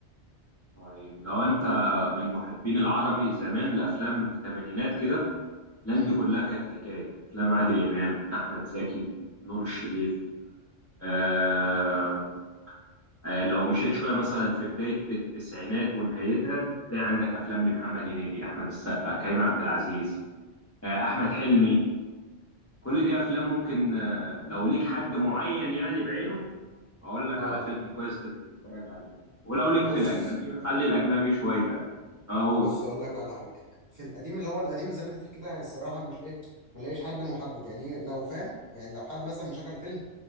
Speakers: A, on the left (about 25°); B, on the right (about 20°).
A: طيب لو أنت من محبين العربي زمان الأفلام في الثمانينات كده الأفلام
B: امم
A: دي كلها كانت حكاية أفلام عادل إمام أحمد زكي نور الشريف آه آه لو مشيت شوية مثلا في بداية التسعينات ونهايتها تلاقي عندك أفلام لمحمد هنيدي أحمد السقا كريم عبد العزيز آه أحمد حلمي كل دي أفلام ممكن آه لو ليك حد معين يعني بعينه اقول لك
B: اه
A: على فيلم كويس تت- تتفرج عليه ولو ليك
B: بص
A: في الاجنبي خلي الاجنبي شويه اقول
B: بص اقول لك على حاجه في القديم اللي هو القديم زي ما انت بتحكي ده الصراحه مش ايه ما لاقيش حد محدد يعني إيه، لو فاهم يعني لو حد مثلا مشغل فيلم